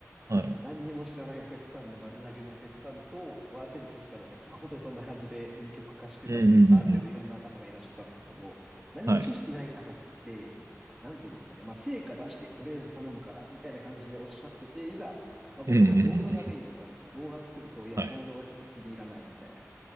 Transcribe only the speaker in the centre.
まあ、何にも知らないお客さんで丸投げのお客さんと、ある程度知識あるお客さん、本当にそんな感じで二極化してたというか、
ある程度いろんな方がいらっしゃったんですけど、何も知識ない方って、
なんて言うんですかね、まあ、成果出して、とりあえず頼むから、みたいな感じでおっしゃってて、いざ、まあ、僕の場合動画がメインだったので、
動画作ると、いや、
この動画ちょっと気に入らないみたいな、